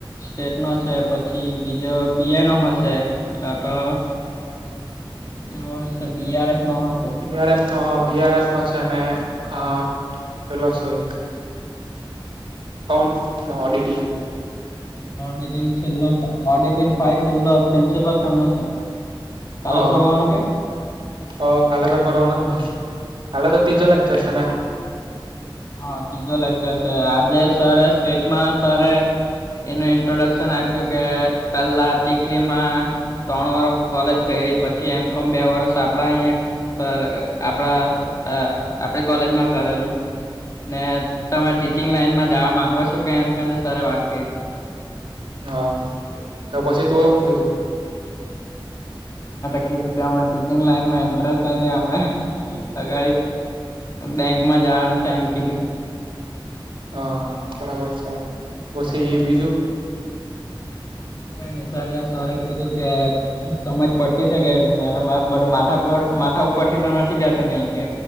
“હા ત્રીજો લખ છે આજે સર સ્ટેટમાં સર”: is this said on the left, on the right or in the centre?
Left